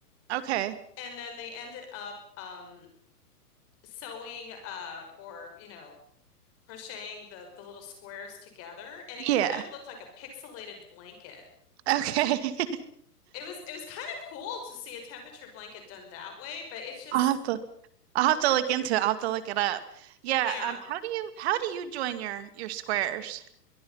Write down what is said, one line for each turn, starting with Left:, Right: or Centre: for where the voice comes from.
Right: Okay.
Left: and then they ended up um, sewing uh, or you know crocheting the the little squares together and
Right: Yeah.
Left: it kind of looked like a pixelated blanket.
Right: Okay. <laughs>
Left: It was it was kind of cool to see a temperature blanket done that way, but it's just
Right: I'll have to I'll have to look into it. I'll have to look it up. Yeah,
Left: yeah,
Right: um how do you how do you join your your squares?